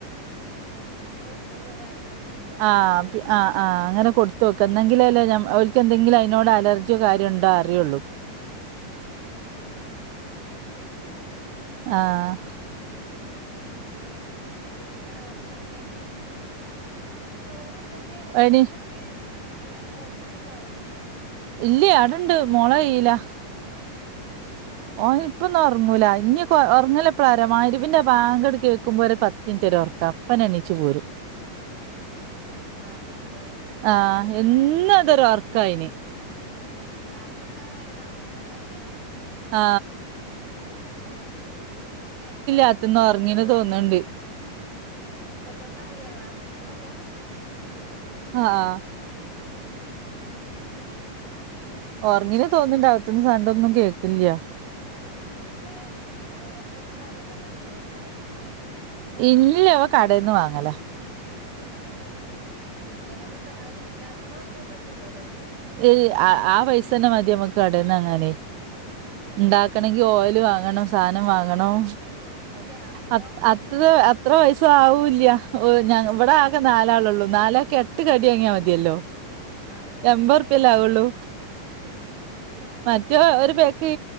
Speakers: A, on the right (about 30°); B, on the right (about 80°).
A: ആഹ് ഇന്ന് കൊടുത്തത് ഒരാഴ്ച ഒന്നരാഴ്ച
B: ആഹ്
A: കൊടുക്കലേ
B: ആഹ് ആഹ് അങ്ങനെ കൊടുത്തോക്കാ. ഇന്നെങ്കിലല്ലെ ഞം ഓൽക്ക് എന്തെങ്കിലും അയ് നോട് അലർജിയൊ കാര്യണ്ടോ അറ്യൊള്ളൂ.
A: ആഹ് അങ്ങെനെ. ഇപ്പം മനസിലായി.
B: ആഹ്
A: ഉം പിന്നെ വേറെന്തൊക്കെ? ആ രസക്കെങ്ങട്ട്
B: എടി
A: ഇങ്ങളെ കുട്ടി ഹാ അതൊർങ്ങീട്ടുണ്ടാവൂല ലേ
B: ഇല്ലയ അടുണ്ട് മോളെകൈയ്യില
A: ഉം ശരി
B: ഓന് ഇപ്പൊന്നും ഒറങ്ങൂല ഇനി ഉറങ്ങല്ലെപ്പ്ളാരം മയ്രിബിന്റെ ബാങ്ക് കേക്കുമ്പോ ഒരു പത്തി മിനിറ്റ് ഒർക്കാ അപ്പന എണീച്ചു പോരും
A: ആഹ് ബാങ്ക് കൊടുക്കണ നേരത്ത്
B: ആ
A: കൊടുക്കാനായല്ലോ
B: എന്ന അതൊരു ഒർക്കാ അഇന്
A: ഉം ബാങ്ക് കൊടുക്കാനായി നാല്പത്തൊന്ന് ആയി പറി
B: ആ
A: ഏ മുപ്പത്ത
B: അകത്തുന്ന് ഉറങ്ങീന്ന്
A: മുപ്പത്തൊന്ന്
B: തോന്ന്ണ്ട്
A: ആ മുപ്പത്തൊന്നായി നാല്പ്പത്തൊന്നല്ല
B: ആഹ്
A: ഉം
B: ഉറങ്ങിന് തോന്നുന്നുണ്ട് അകത്തുന്ന് സണ്ടൊന്നും കേൾക്കില്ല
A: പിന്നെ നാല് മണിക്ക് എന്നും കാട്ടിയൊക്കെ ഉണ്ടാക്ക എണ്ണ കടിയൊക്കെ
B: ഇല്ലില്ല അവ കടേന്ന് വാങ്ങലാ
A: ആഹാ ഹ <unintelligible> അയിനോട് താ അത് ഒണ്ടാക്കണോ ഇലിയൊ തിന്നില്ലല്ലേ
B: ഏഹ് ആ ആ പൈസ തന്നെ മതി നമ്മക്ക് കടന്നങ്ങനെ
A: ആഹ് അപ്പൊ
B: ഇണ്ടാക്കണെങ്കി
A: ഇങ്ങള് അങ്ങനെ വാ
B: ഓയില് വാങ്ങണം സാധനം വാങ്ങണം
A: ഉം ഇപ്പൊ ഗ്യാസിനോ
B: അ അത്ര അത്ര പയസ ആവൂല്യ ഓ ഞാ ഇവിടെ
A: ആഹ്
B: ആകെ
A: ആവൂല
B: നാലാളെ ള്ളൂ നാലക്കെ ഏട്ട് കടിയങ്ങിയാ
A: ആഹ്
B: മതിയല്ലോ
A: ആഹ് ഈ രണ്ടെണ്ണല്ലേ
B: അമ്പത് റുപി അല്ലെ ആവൊള്ളു.
A: ഉം ശരിയാണ് ഇപ്പത്
B: മറ്റേ
A: ഗ്യാസിനോ
B: ഒരു പേക്ക്